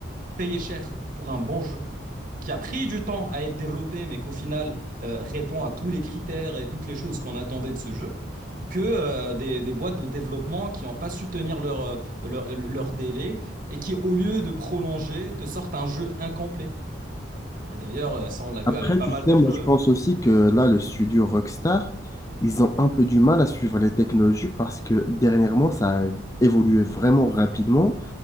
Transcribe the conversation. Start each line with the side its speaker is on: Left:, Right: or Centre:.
Right: payé cher pour un bon jeu qui a pris du temps à être développé, mais qu'au final euh, répond à tous les critères et toutes les choses qu'on attendait de ce jeu, que euh, des, des boîtes de développement qui n'ont pas su tenir leur, euh, leur, euh, leur délai et qui, au lieu de prolonger, te sortent un jeu incomplet. Et d'ailleurs, euh, ça, on l'a vu
Left: Après,
Right: avec pas
Left: tu
Right: mal
Left: sais,
Right: de
Left: moi,
Right: jeux.
Left: je pense aussi que là, le studio Rockstar, ils ont un peu du mal à suivre les technologies parce que dernièrement, ça a évolué vraiment rapidement.